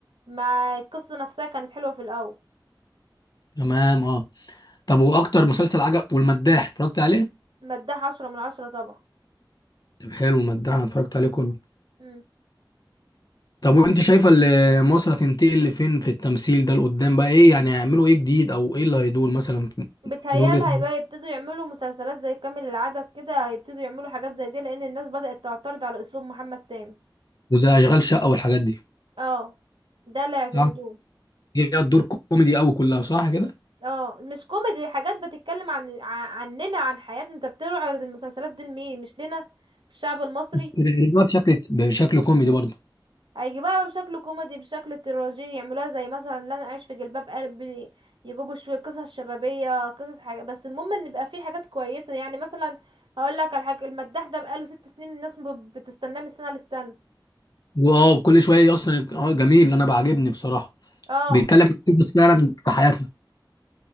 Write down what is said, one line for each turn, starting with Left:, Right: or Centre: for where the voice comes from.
Right: ما القصة نفسها كانت حلوة في الأول
Left: تمام اه طب واكتر مسلسل عجب والمداح اتفرجت عليه
Right: مداها عشرة من عشرة طبعا
Left: طب حلو المداح انا اتفرجت عليه كله
Right: مم.
Left: طب وانت شايفه اللي مصر هتنتقل لفين في التمثيل ده لقدام بقى ايه يعني هيعملوا ايه جديد او ايه اللي هيدور مثلا
Right: بتهيال
Left: من وجهة
Right: هيبقى يبتدوا يعملوا مسلسلات زي كامل العدد كده هيبتدوا يعملوا حاجات زي دي لأن الناس بدأت تعترض على أسلوب محمد سامي
Left: وزي اشغال شقه والحاجات دي
Right: اه ده اللي يعتمدوه
Left: صح؟ هي الدور كوميدي قوي كلها صح كده
Right: اه مش كوميدي حاجات بتتكلم عن ع- عننا عن حياتنا انت بتعرض المسلسلات دي لمين مش لنا الشعب المصري
Left: بتقلبها بشكل بشكل كوميدي برضه
Right: هيجي بقى بشكل كوميدي بشكل تراجيدي يعملوها زي مثلا لا انا عايش في جلباب قلبي يجيبوا شويه قصص شبابيه قصص حاجه بس المهم ان يبقى في حاجات كويسه يعني مثلا هقول لك على حاجه المداح ده بقاله ست سنين الناس ب- بتستناه من سنه للسنه
Left: واه كل شويه اصلا اه جميل انا بعجبني بصراحه
Right: اه
Left: بيتكلم عن قصص فعلا في حياتنا